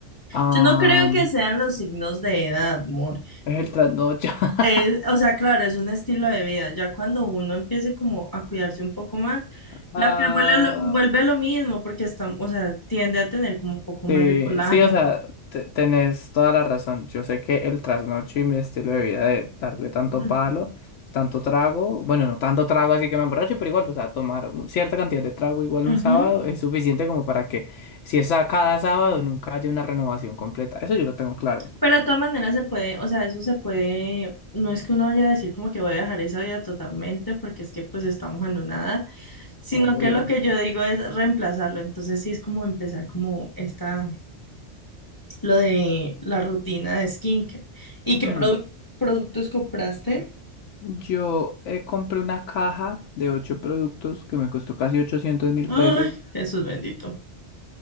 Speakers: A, on the left (about 80°); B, on the left (about 20°).
A: Ah,
B: Yo no creo que sean los signos de edad, amor.
A: es el trasnocho. <laughs>
B: Es- o sea, claro, es un estilo de vida. Ya cuando uno empiece como a cuidarse un poco más,
A: Ah,
B: la piel vuelve lo, vuelve lo mismo porque está, o sea, tiende a tener como un poco
A: Sí,
B: más de colágeno.
A: sí, o sea, te- tenés toda la razón. Yo sé que el trasnocho y mi estilo de vida de darle tanto
B: Ujú.
A: palo, tanto trago, bueno, no tanto trago así que me emborracho, pero igual, pues a tomar un- cierta cantidad de trago igual
B: Ujú.
A: un sábado es suficiente como para que si es a cada sábado nunca haya una renovación completa. Eso yo lo tengo claro,
B: Pero de todas maneras se puede, o sea, eso se puede, no es que uno vaya a decir como que voy a dejar esa vida totalmente porque es que pues estamos en una edad, sino
A: obvio.
B: que lo que yo digo es reemplazarlo. Entonces sí es como empezar como esta lo de la rutina de skincare. ¿Y
A: Mm,
B: qué produ- productos compraste?
A: Yo eh, compré una caja de ocho productos que me costó casi ochocientos mil
B: Ay,
A: pesos.
B: Jesús bendito.